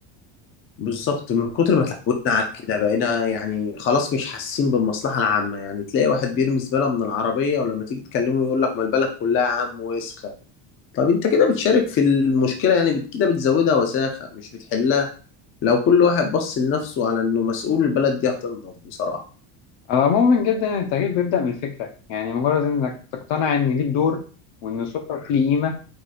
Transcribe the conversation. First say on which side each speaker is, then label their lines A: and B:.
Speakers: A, on the left; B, on the left.
A: بالظبط من كتر ما اتعودنا على كده بقينا يعني خلاص مش حاسين بالمصلحة العامة يعني تلاقي واحد بيرمي زبالة من العربية ولما تيجي تكلمه يقول لك ما البلد كلها يا عم وسخة طب انت كده بتشارك في المشكلة يعني بت- كده بتزودها وساخة مش بتحلها لو كل واحد بص لنفسه على انه مسؤول البلد دي هتنضف بصراحة
B: على العموم جدا إن التغيير بيبدأ من الفكرة يعني مجرد إنك تقتنع إن ليك دور وإن صوتك ليه قيمة